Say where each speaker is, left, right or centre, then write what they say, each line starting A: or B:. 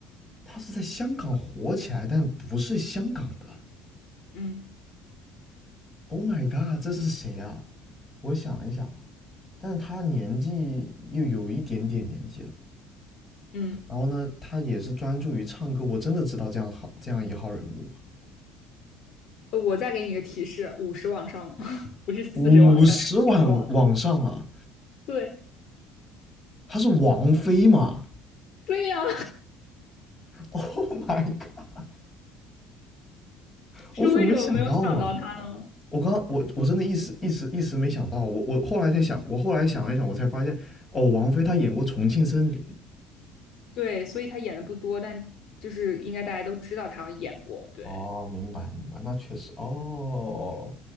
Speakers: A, on the left; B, on the left.
A: 他是在香港火起来，但不是香港的。
B: 嗯
A: Oh my god，这是谁啊？我想一想啊，但他年纪又有一点点年纪了。
B: 嗯，
A: 然后呢，他也是专注于唱歌。我真的知道这样好这样一号人物吗？
B: 呃我再给你个提示，五十往上，<laughs> 不是四十往上，
A: 五十万往上了，
B: 是五十往。对
A: 他是王菲吗
B: 对呀、
A: ？Oh my god，
B: <laughs> 是为什么没有想到他呢？
A: 我怎么没想到啊？我刚我我真的一时一时一时没想到，我我后来才想，我后来想了一想，我才发现，哦，王菲她演过《重庆森林》。
B: 对，所以他演的不多，但就是应该大家都知道他演过。对。
A: 哦，明白明白，那确实哦，